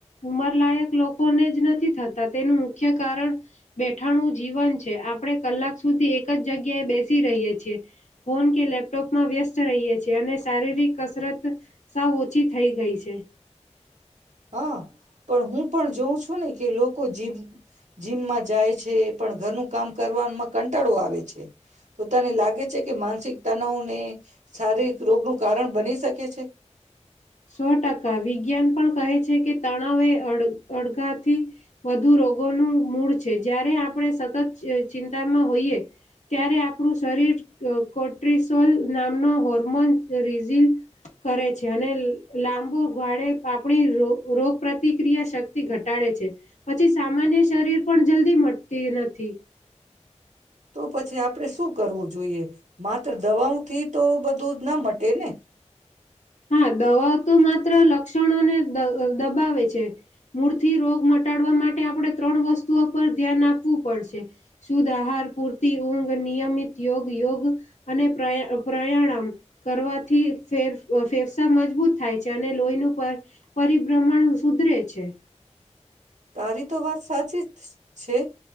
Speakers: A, on the left; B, on the right.
A: ઉંમરલાયક લોકોને જ નથી થતા તેનું મુખ્ય કારણ બેઠાણું જીવન છે આપણે કલાક સુધી એક જ જગ્યાએ બેસી રહીએ છીએ ફોન કે લેપટોપમાં વ્યસ્ત રહીએ છી અને શારીરિક કસરત સાવ ઓછી થઈ ગઈ છે.
B: હા પણ હું પણ જોઉં છું ને કે લોકો જીમ જીમમાં જાય છે પણ ઘરનું કામ કરવાવામાં કંટાળો આવે છે તો તને લાગે છે કે માનસિક તનાવને શારીરિક રોગનું કારણ બની શકે છે?
A: સો ટકા વિજ્ઞાન પણ કહે છે કે તણાવ એ અ અડધાથી વધુ રોગોનું મૂળ છે જ્યારે આપણે સતત ચ ચિંતામાં હોઈએ ત્યારે આપણું શરીર કોર્ટિસોલ નામનો હોર્મોન રિઝીલ કરે છે અને લાંબો ગાળે આપણી રો રોગ પ્રતિક્રિયા શક્તિ ઘટાડે છે પછી સામાન્ય શરીર પણ જલ્દી મટતી નથી.
B: તો પછી આપણે શું કરવું જોઈએ મા તો દવાઓથી તો બધું જ ના મટે ને?
A: હા દવાઓ તો માત્ર લક્ષણોને દ દબાવે છે મૂળથી રોગ મટાડવા માટે આપણે ત્રણ વસ્તુઓ પર ધ્યાન આપવું પડશે શુદ્ધ આહાર, પૂરતી ઊંઘ, નિયમિત યોગ-યોગ અને પ્ર પ્રયાણામ કરવાથી ફેર ફેફસા મજબૂત થાય છે અને લોહીનું પર પરિભ્રમણ સુધરે છે.
B: તારી તો વાત સાચી જ છે